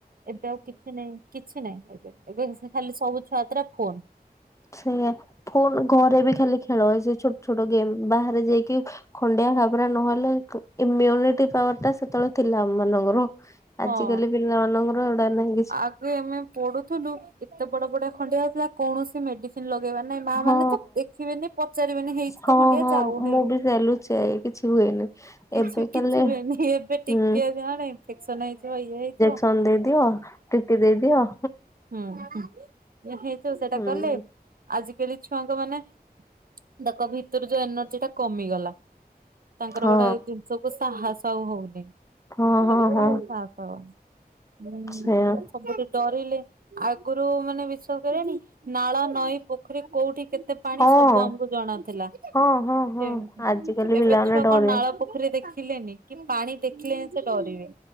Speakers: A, on the right (about 60°); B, on the left (about 20°).
A: ଏବେ ଆଉ କିଛି ନାଇଁ କିଛି ନାହିଁ। ଏବେ ଏବେ ଖାଲି ସବୁ ଛୁଆ ହାତରେ ଫୋନ।
B: ସେୟା ଫୋନ୍ ଘରେ ବି ଖାଲି ଖେଳ ସେ ଛୋଟ ଛୋଟ ଗେମ୍ ବାହାରେ ଯାଇକି ଖଣ୍ଡିଆ ଖାବରା ନହେଲେ ଇମ୍ୟୁନିଟି ପାୱାର ଟା ସେତେବେଳେ ଥିଲା ଆମ ମାନଙ୍କର।
A: ହଁ
B: ଆଜିକାଲି ପିଲାମାନଙ୍କର ଏଉଡା ନାହିଁ। କିଛି
A: ଆଗେ ଆମେ ପଡୁଥିଲୁ ଏତେ ବଡ ବଡିଆ ଖଣ୍ଡିଆ ହଉଥିଲା କୌଣସି ମେଡିସି ନ୍ ଲଗେଇବା ନାଇଁ ମା
B: ହଁ
A: ମାନେ ତ ଦେଖିବେନି ପଚାରିବେନି ହେଇଛିି
B: ହଁ
A: ତ ଖଣ୍ଡିଆ
B: ହଁ
A: ଯାଉ ହେ
B: ମୁଁ ବି ସେୟା ଲୁଚାଏ କିଛି ହୁଏନି।
A: କିଛି
B: ଏବେ କାଲି
A: କିଛିବି ହେଇନି। ଏବେ
B: ହୁଁ
A: ଟିକେ କଣ ଇନଫେକ୍ସନ ହେଇଯିବ ଇଏ ହେଇଜିବ
B: ସନ ଦେଇଦିଅ। ଟି ଟି ଦେଇଦିଅ।
A: ହୁଁ ହେଇଥିବ ସେଟା
B: ହୁଁ
A: କଲେ ଆଜିକାଲି ଛୁଆଙ୍କ ମାନେ ତାଙ୍କ ଭିତରୁ ଯୋଉ ଏନର୍ଜି ଟା କମିଗଲା। ତାଙ୍କର
B: ହଁ
A: ଗୋଟେ ଜିନିଷକୁୁ ସାହସ ଆଉ ହଉନି ଗୋଟେ
B: ହଁ ହଁ
A: କଥା
B: ହଁ
A: ସାହସ ହଁ
B: ସେଇଆ
A: ସବୁ ତ ଡରିଲେ ଆଗରୁ ମାନେ ବିଶ୍ୱାସ କରିବେନି ନାଳ ନଈ ପୋଖରୀ କୋଉଠି କେତେ ପାଣି
B: ହଁ
A: ସବୁ ଆମକୁ ଜଣାଥିଲା। ସେ
B: ହଁ ହଁ ହଁ ଆଜିକାଲି ପିଲାମାନେ
A: ଏବେ ଛୁଆ
B: ଡରିବେ
A: କଣ ନାଳ ପୋଖରୀ ଦେଖିଲେନି। କି ପାଣି ଦେଖିଲେ ହିଁ ସେ ଡରିବେ।